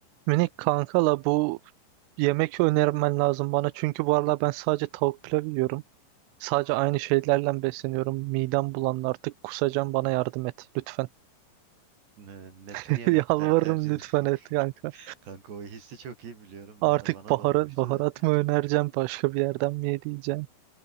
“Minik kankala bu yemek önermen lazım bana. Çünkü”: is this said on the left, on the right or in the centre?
Right